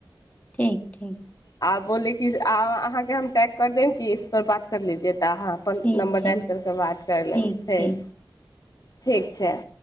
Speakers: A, on the left; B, on the left.
A: ठीक-ठीक।
B: आओर बोले की अहाँके हम टैग कर देब कि <unintelligible> त अहाँ अपन
A: ठीक
B: नम्बर
A: छै
B: डालि करिके बात कर
A: ठीक
B: लेब फेर
A: ठीक
B: ठीक छैय।